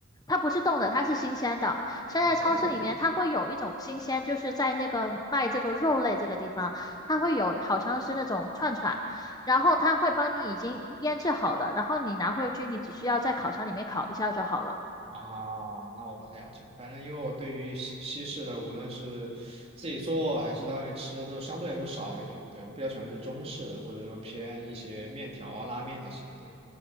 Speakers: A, on the left; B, on the right.
A: 它不是冻的，它是新鲜的。现在超市里面它会有一种新鲜，
B: 哦，
A: 就是在那个卖这个肉类这个地方，它会有好像是那种串串，然后它会帮你已经腌制好的，然后你拿回去，你只需要在烤箱里面烤一下就好了。
B: 啊，那我不太了解，反正因为我对于西西式的，无论是自己做还是在外面吃，都相对来说少一点。对，我比较喜欢吃中式的，或者说偏一些面条啊、拉面那些。对